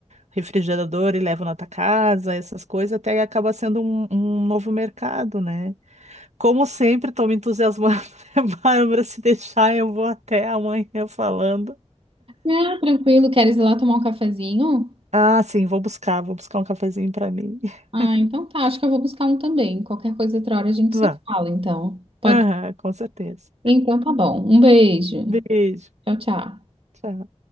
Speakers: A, on the right; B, on the right.
A: refrigerador e levo na tua casa, essas coisas, até acaba sendo um, um novo mercado, né? Como sempre, estou me entusiasmando, <laughs> né, Bárbara? Se deixar, eu vou até amanhã falando.
B: Ah, tranquilo, queres ir lá tomar um cafezinho?
A: Ah, sim, vou buscar, vou buscar um cafezinho para mim. <laughs>
B: Ah, então tá. Acho que eu vou buscar um também. Qualquer coisa outra hora a gente
A: Vá.
B: se fala, então. Pode.
A: Aham, com certeza.
B: Então tá bom. Um beijo.
A: Beijo.
B: Tchau, tchau.
A: Tchau.